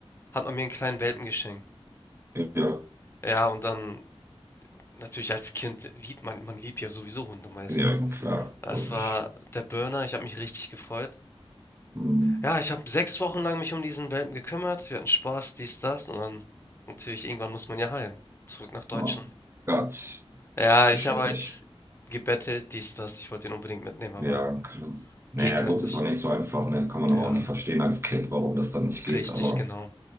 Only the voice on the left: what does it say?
hat man mir einen kleinen Welpen geschenkt.
Ja, und dann natürlich als Kind liebt man, man liebt ja sowieso Hunde meistens.
Das
war der Burner, ich habe mich richtig gefreut.
Ja, ich habe 6 Wochen lang mich um diesen Welpen gekümmert. Wir hatten Spaß, dies, das und dann natürlich irgendwann muss man ja heim, zurück nach Deutschland.
Ja, ich
habe halt gebettelt, dies, das. Ich wollte ihn unbedingt mitnehmen, aber
geht halt
nicht.
Ja,
richtig,
genau.